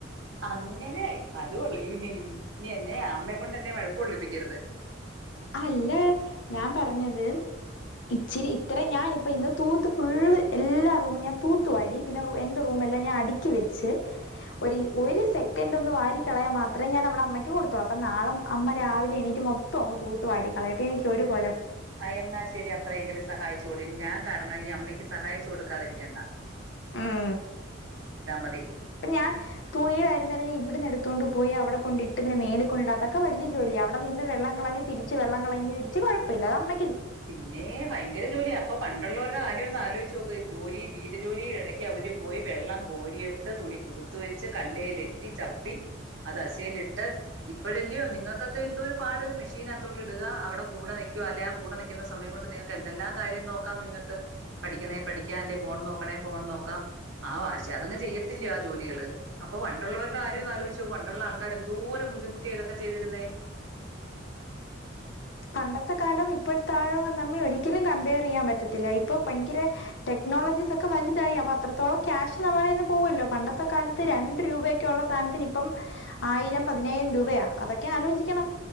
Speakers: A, on the right (about 70°); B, on the left (about 65°).
A: അങ്ങനെ അത് കൊള്ളി നീ എന്നെ അമ്മയക്കൊണ്ട്ന്നെ വഴക് കൊള്ളിപ്പിക്കരുത്
B: അല്ല ഞാൻ പറഞ്ഞത് ഇച്ചിരി ഇത്ര ഞാനിപ്പ ഇന്ന് തൂത്ത് ഫുള്ള് എല്ലാ റൂമും ഞാൻ തൂത്തു വാരി പിന്നെ എന്റെ റൂമ എല്ലാം ഞാൻ അടുക്കി വെച്ച് ഒരു ഒരു സെക്കൻ് ഒന്ന് വാരി കളയാൻ മാത്രമേ ഞാൻ അവിടെ അമ്മയ്ക്ക് കൊടുത്തോളൂ അപ്പൊ നാളെ അമ്മ രാവിലെ എണീറ്റ് മൊത്തം തൂത്ത് വരികളയട്ടെ എനിക്ക് ഒരു കൊഴ
A: എന്നാൽ ശരി അത്രയെങ്കിലും സഹായിച്ച ഇതോടെ ഇനി ഞാൻ കാരണം ഇനി അമ്മയ്ക്ക് സഹായിച്ചു കൊടുക്കാതിരിക്കേണ്ട
B: ഉം
A: മതി
B: ഇപ്പ ഞാൻ തുണിയിലായിന്നഞ്ഞ ഇവിടന്ന് എടുത്തോണ്ടു പോയി അവിടെ കൊണ്ടിട്ട് പിന്നെ മേളിക്കൊണ്ടിതക അത്തൊക്കെ വലിയ ജോലിയാ അവിടെ നിന്ന് വെള്ളം കളഞ്ഞഞ് തിരിച്ച് വെള്ളം കളഞ്ഞഞ് തിരിച്ച് കുഴമില്ല അത് അമ്മ
A: പിന്നേ ഭയങ്കര ജോലിയാ അപ്പൊ പണ്ടുള്ളവരുടെ കാര്യമൊന്ന് ആലോചിച്ച് നോക്ക് ജോലി വീട് ജോലീടെ ഇടക്ക് അവര് പോയി വെള്ളം കോരിയെടുത്ത് തുണി കുതുത്ത് വെച്ച് കലേൽ ഇട്ട് ചപ്പി അത് അശയിലിട്ട് ഇപ്പഴല്ലയോ നിങ്ങൾക്കൊക്കെ എന്തോ ഒരു പാട് മിഷീനകത്തോട്ട് ഇടുക അവിടെ കൂടെ നിൽക്കുക അല്ലെ ആ കൂടെ ന ക്കുന്ന സമയം കൊണ്ട് നിങ്ങൾക്ക് എന്തെല്ലാം കാര്യം നോക്കാം നിങ്ങൾക്ക് പഠിക്കണേ പഠിക്കാം അല്ലെ ഫോൺ നോക്കണേ ഫോൺ നോക്കാം ആ വാശി അതങ്ങ് ചെയ്യത്തില്ലയോ ആ ജോലികള് അപ്പൊ വണ്ടുള്ളവരുടെ കാര്യം ഒന്ന് ആലോചിച്ച് നോക്ക് വണ്ടുള്ള ആൾക്കാര് എന്തോരം ബുദ്ധിമുട്ടി ഇതൊക്കെ ചെയ്തിരുന്നേ
B: പണ്ടത്തെ കാലം ഇപ്പോഴത്താഴം തമ്മിൽ ഒരിക്കലും കമ്പയർ ചെയ്യാൻ പറ്റത്തില്ല ഇപ്പൊ ഭയങ്കര ടെക്നോളജീസ് ഒക്കെ വലുതായി അപ്പൊ അത്രത്തോളം ക്യാഷ് നമ്മടെ കയീന് പോവല്ലോ പണ്ടത്തെ കാലത്ത് രണ്ട് രൂപയൊക്കെ ഉള്ള സാധനത്തിന് ഇപ്പം ആയിരം പതിനായിരം രൂപയാ അതൊക്കെ ആലോചിക്കണം